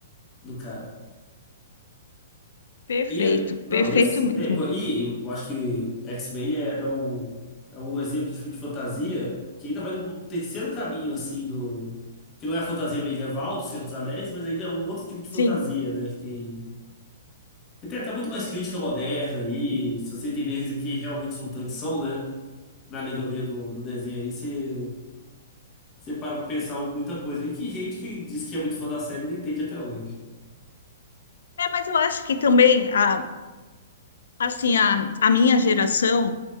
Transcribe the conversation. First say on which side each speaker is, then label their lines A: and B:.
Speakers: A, on the left; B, on the left.
A: do cara.
B: Perfeito,
A: E, não,
B: perfeito
A: e assim,
B: mesmo.
A: né, pô, e eu acho que X-Men é, é, um, é um exemplo de filme de fantasia que ainda vai no terceiro caminho, assim, do, que não é a fantasia medieval do Senhor dos Anéis, mas ainda é um outro tipo de fantasia,
B: Sim.
A: né, que tem E tem até muito mais crítica moderna aí, se você entender que realmente os mutantes são, né? Na alegoria do, do desenho aí, você, você para pra pensar muita coisa aí. Que gente que diz que é muito fã da série e não entende até hoje.
B: É, mas eu acho que também a assim, a, a minha geração,